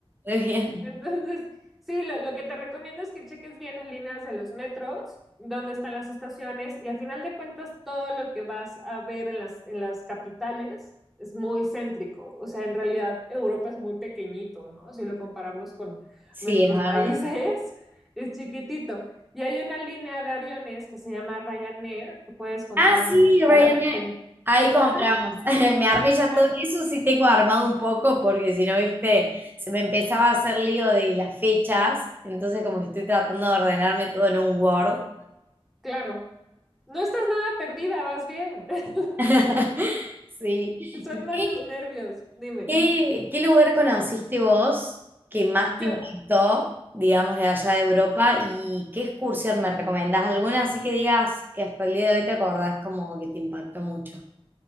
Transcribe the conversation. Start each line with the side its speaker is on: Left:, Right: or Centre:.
Right: muy bien.
Centre: Entonces, sí, lo, lo que te recomiendo es que cheques bien las líneas de los metros, dónde están las estaciones y a final de cuentas todo lo que vas a ver en las, en las capitales es muy céntrico. O sea, en realidad Europa es muy pequeñito, ¿no? Si lo comparamos con
Right: Sí,
Centre: nuestros
Right: es verdad.
Centre: países, <laughs> es chiquitito. Y hay una línea de aviones que se llama Ryanair que puedes comprar
Right: Ah,
Centre: anticipadamente.
Right: sí, Ryanair. Ahí compramos.
Centre: Ajá,
Right: <laughs> Me armé ya
Centre: ah,
Right: todo. Eso sí tengo armado un poco porque si no, viste, se me empezaba a hacer lío de las fechas. Entonces como que estoy tratando de ordenarme todo en un Word.
Centre: claro. No estás nada perdida, vas bien. <laughs>
Right: <laughs> Sí. ¿Y
Centre: Son más
Right: qué,
Centre: los nervios, dime.
Right: qué, qué lugar conociste vos que más
Centre: Yo
Right: te impactó, digamos, de allá de Europa? ¿Y qué excursión me recomendás? ¿Alguna así que digas que hasta el día de hoy te acordás como que te impactó mucho?